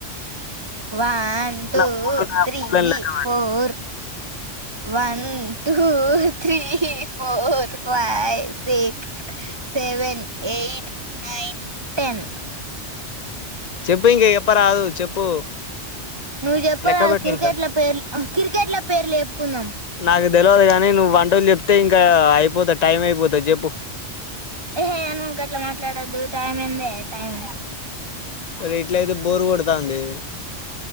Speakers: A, on the right (about 25°); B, on the left (about 45°).
A: వన్ టూ
B: పూలున్నాయి ఆ
A: త్రీ
B: పూలని లెక్క పెట్టు
A: four one two three four five six seven eight nine ten
B: చెప్పు ఇంకా ఎప్ప రాదు చెప్పు
A: నువ్వు చెప్పాల
B: లెక్క పెట్టు
A: క్రికెట్ల
B: ఇంకా
A: పేర్ క్రికెట్ల పేర్లు చేప్పుకుందాం
B: నాకు తెలియదు కానీ నువ్వు వంటలు చెప్తే ఇంకా అయిపోతా టైం అయిపోతాది చెప్పు
A: ఏహే అను గ అట్లా మాట్లాడొద్దు టైం ఏందే టైం
B: ఒరే ఎట్లయితే బోరు కొడతాంది